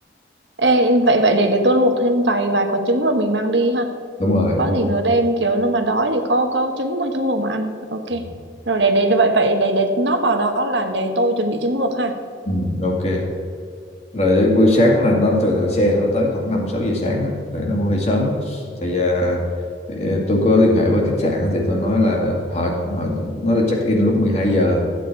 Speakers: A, on the right; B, on the left.
A: Ê, vậy vậy để để tôi luộc thêm vài vài quả trứng rồi mình mang đi ha
B: đúng rồi
A: có
B: đúng rồi
A: gì nửa đêm kiểu nó mà đói thì có có trứng mà trứng luộc mà ăn ok
B: ừ.
A: rồi để để để- vậy vậy để để nót vào đó là để tôi chuẩn bị trứng luộc ha
B: Ừ, ok rồi đến buổi sáng là nó thường thường xe nó tới khoảng năm sáu giờ sáng đó rồi nó cũng hơi sớm á thì, à, thì à, tôi có liên hệ với khách sạn thì tôi nói là họ họ nói là check in lúc mười hai giờ